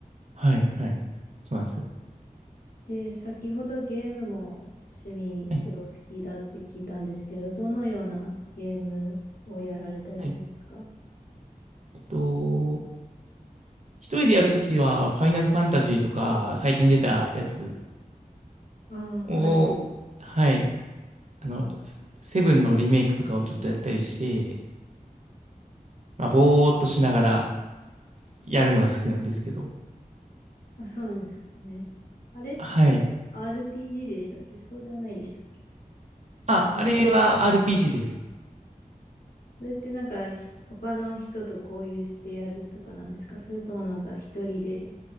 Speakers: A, on the right; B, on the left.
A: はい、はい。そうなんですよ。
B: で、先ほどゲームも趣味でお好きだって聞いたんですけど、
A: はい、
B: どのようなゲームをやられたりするんですか
A: はい。えっと、一人でやるときは、ファイナルファンタジーとか、最近出たやつ
B: ああ、
A: を、
B: はい。
A: はい。あの、セセブンのリメイクとかをちょっとやったりして、まあぼーっとしながらやるのが好きなんですけど、
B: あ、そうなんですね。あれって
A: はい。
B: RPG でしたっけそうではないでしたっけ
A: あ、あれは RPG です。
B: それってなんかひ他の人と交流してやるとかなんですかそれともなんか一人で